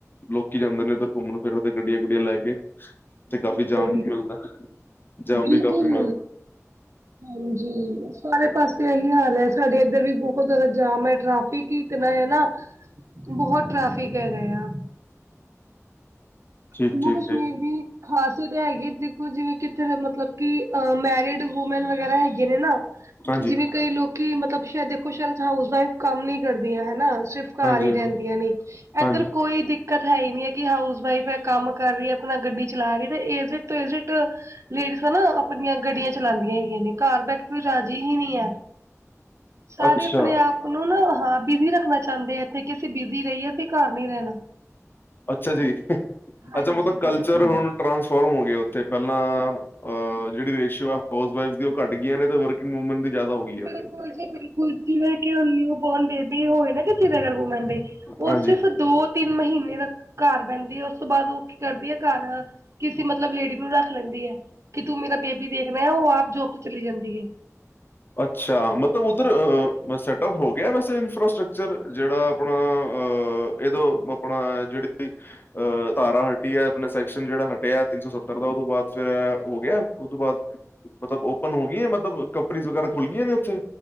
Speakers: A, on the left (about 40°); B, on the right (about 60°).
A: ਲੋਕੀ ਜਾਂਦੇ ਨੇ ਇੱਧਰ ਘੁੰਮਣ ਫਿਰਨ ਤੇ ਗੱਡੀਆਂ- ਗੁੱਡੀਆਂ ਲੈ ਕੇ। ਤੇ
B: ਬੜੀ
A: ਕਾਫੀ ਜਾਮ
B: ਬੜੀ
A: ਵੀ ਮਿਲਦਾ ਜਾਮ
B: ਬਿਲਕੁਲ
A: ਵੀ ਕਾਫੀ ਮਿਲ-
B: ਹਾਂਜੀ ਸਾਰੇ ਪਾਸੇ ਇਹੀ ਹਾਲ ਹੈ ਸਾਡੇ ਇੱਧਰ ਵੀ ਬਹੋਤ ਜ਼ਿਆਦਾ ਜਾਮ ਹੈ ਟ੍ਰਫਿਕ ਹੀ। ਇਤਨਾ ਹੈ ਨਾ, ਬਹੋਤ ਟ੍ਰੈਫਿਕ ਹੈਗਾ ਆ।
A: ਠੀਕ
B: ਜੰਮੂ
A: ਠੀਕ
B: ਕਸ਼ਮੀਰ
A: ਠੀਕ
B: ਦੀ ਖ਼ਾਸੀਅਤ ਹੈਗੀ ਦੇਖੋ ਜਿਵੇਂ ਕਿੱਥੇ ਮਤਲਬ ਕਿ ਅ ਮੈਰਿਡ ਵੂਮੈਨ ਵਗੈਰਾ ਹੈਗੇ ਨੇ ਨਾ
A: ਹਾਂਜੀ
B: ਜਿਵੇਂ, ਕਈ ਲੋਕੀ ਮਤਲਬ ਸ਼ਾਇਦ ਦੇਖੋ ਸ਼ਾਇਦ ਹਾਊਸ ਵਾਈਫ ਕੰਮ ਨੀ ਕਰਦੀਆਂ ਹਨਾ ਸਿਰਫ, ਕਾਰ
A: ਹਾਂਜੀ
B: ਹੀ ਰਹਿੰਦੀਆਂ ਨੇ,
A: ਹਾਂਜੀ
B: ਏਧਰ ਕੋਈ ਦਿੱਕਤ ਹੈ ਹੀ ਨੀ ਹੈ ਕਿ ਹਾਊਸ ਵਾਈਫ ਹ- ਕੰਮ ਕਰ ਰਹੀ ਹੈ ਆਪਣਾ ਗੱਡੀ ਚਲਾ ਰਹੀ ਤੇ ਇਜਿਟ ਤੋਂ ਇਜਿਟ, ਲੇਡੀਜ਼ਨਾ ਆਪਣੀਆਂ ਗੱਡੀਆਂ ਚਲਾਉਂਦੀਆਂ ਹੈਗੀਆਂ ਨੇ, ਘਰ ਬੈ ਕੇ ਕੋਈ ਰਾਜੀ ਹੀ ਨਹੀਂ ਆ। ਸਾਰੇ
A: ਅੱਛਾ
B: ਆਪਣੇ ਆਪ, ਨੂੰ ਨਾ ਹਾਂ ਬਿਜ਼ੀ ਰੱਖਣਾ ਚਾਹੁੰਦੇ ਆ ਇੱਥੇ ਕਿ ਅਸੀਂ ਬਿਜ਼ੀ ਰਹੀਏ ਅਸੀਂ ਘਰ ਨੀ ਰਹਿਣਾ।
A: ਅੱਛਾ ਜੀ
B: ਹਾਂਜੀ
A: ਅੱਛਾ ਮਤਲਬ ਕਲਚਰ
B: ਬਿਲਕੁਲ
A: ਹੁਣ ਟਰਾਂਸਫੋਰਮ ਹੋ ਗਿਆ ਉੱਥੇ ਪਹਿਲਾਂ, ਅਹ ਜਿਹੜੀ ਰੇਸ਼ੀਓ ਆ ਹਾਊਸ ਵਾਈਫ ਦੀ ਉਹ ਘੱਟ ਗਈਆਂ ਨੇ ਤੇ ਵਰਕਿੰਗ ਵੂਮੈਨ ਦੀ ਜ਼ਿਆਦਾ ਹੋ- ਗਈ ਹੈ
B: ਬਿਲਕੁਲ
A: ਉੱਥੇ
B: ਜੀ ਬਿਲਕੁਲ ਜਿਵੇਂ ਕਿ ਹੁਣ ਨਿਊ ਬੋਰਨ ਬੇਬੀ ਹੋਈ ਨਾ ਕਿਸੀ ਦੇ ਘਰ ਵੂਮੈਨ ਦੇ, ਉਹ
A: ਹਾਂਜੀ
B: ਸਿਰਫ ਦੋ- ਤਿੰਨ ਮਹੀਨੇ ਤਕ ਘਰ ਬਹਿੰਦੀ ਹੈ ਉਸ ਤੋਂ ਬਾਅਦ ਉਹ ਕੀ ਕਰਦੀ ਹੈ ਘਰ, ਕਿਸੇ ਮਤਲਬ ਲੇਡੀਸ ਨੂੰ ਰੱਖ ਲੈਂਦੀ ਹੈ ਕਿ ਤੂੰ, ਮੇਰਾ ਬੇਬੀ ਦੇਖਣਾ ਹੈ ਉਹ ਆਪ ਜੋਬ ਤੇ ਚਲੀ ਜਾਂਦੀ ਐ।
A: ਅੱਛਾ ਮਤਲਬ ਉੱਧਰ ਸੈਟਅਪ ਹੋ ਗਿਆ ਵੈਸੇ ਇਨਫਰਾਸਟਕਚਰ ਜਿਹੜਾ ਆਪਣਾ, ਅਹ ਇਹਦੋ ਆਪਣਾ ਜਿਹੜੀ- ਅ ਧਾਰਾ ਹਟੀ ਹੈ ਆਪਣਾ ਸੈਕਸ਼ਨ ਜਿਹੜਾ ਹਟਿਆ ਤਿੰਨ ਸੌ ਸੱਤਰ ਦਾ ਉਹ ਤੋਂ ਬਾਅਦ ਫੇਰ ਹੋ ਗਿਆ ਉਹ ਤੋਂ ਬਾਅਦ- ਮਤਲਬ ਓਪਨ ਹੋ ਗਈਆਂ ਮਤਲਬ ਕੰਪਨੀ ਵਗੈਰਾ ਖੁੱਲ ਗਈਆਂ ਨੇ ਉੱਥੇ